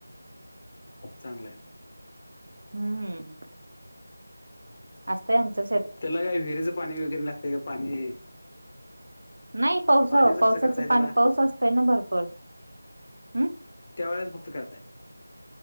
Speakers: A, on the left; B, on the right.
A: चांगलं आहे
B: हम्म असतंय आमचं शेत
A: त्याला काय विहिरीचं पाणी वगैरे लागतय का पाणी.
B: नाही पावसा
A: पाण्याचं
B: पावसाचं
A: कसं करताय त्याला
B: पाणी पाऊस असतंय ना भरपूर हम्
A: त्या वेळेस फक्त करताय